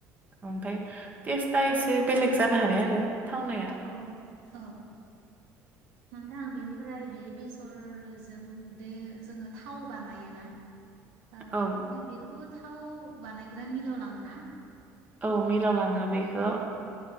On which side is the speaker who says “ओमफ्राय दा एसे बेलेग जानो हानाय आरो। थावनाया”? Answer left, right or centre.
Right